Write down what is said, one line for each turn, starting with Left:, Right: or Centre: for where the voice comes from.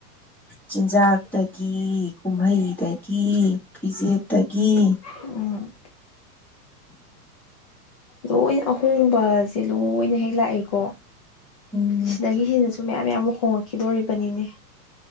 Centre: ꯆꯤꯟꯖꯥꯛꯇꯒꯤ ꯀꯨꯝꯍꯩꯗꯒꯤ ꯐꯤꯖꯦꯠꯇꯒꯤ
Left: ꯎꯝ ꯂꯣꯏꯅ ꯑꯍꯣꯡꯕꯖꯦ ꯂꯣꯏꯅ ꯍꯦꯛ ꯂꯥꯛꯏꯀꯣ
Centre: ꯎꯝ
Left: ꯁꯤꯗꯒꯤ ꯍꯦꯟꯅꯁꯨ ꯃꯌꯥꯝ ꯃꯌꯥꯝ ꯍꯣꯡꯉꯛꯈꯤꯗꯣꯔꯤꯕꯅꯤꯅꯦ